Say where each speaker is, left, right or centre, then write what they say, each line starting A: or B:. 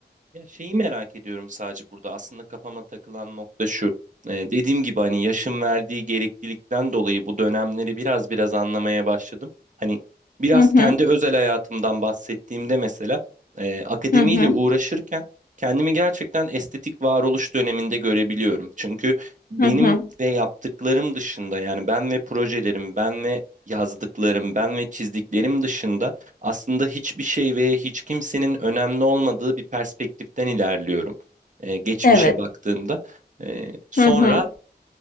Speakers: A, on the right; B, on the left.
A: Ya şeyi merak ediyorum sadece burada. Aslında kafama takılan nokta şu. Ee, dediğim gibi hani yaşın verdiği gereklilikten dolayı bu dönemleri biraz biraz anlamaya başladım. Hani biraz
B: Hı hı,
A: kendi özel hayatımdan bahsettiğimde mesela e, akademiyle
B: hı hı,
A: uğraşırken kendimi gerçekten estetik varoluş döneminde görebiliyorum. Çünkü benim
B: hı hı.
A: ve yaptıklarım dışında yani ben ve projelerim, ben ve yazdıklarım, ben ve çizdiklerim dışında aslında hiçbir şey ve hiç kimsenin önemli olmadığı bir perspektiften ilerliyorum. Ee, geçmişe
B: Evet.
A: baktığımda. Ee, sonra
B: Hı hı.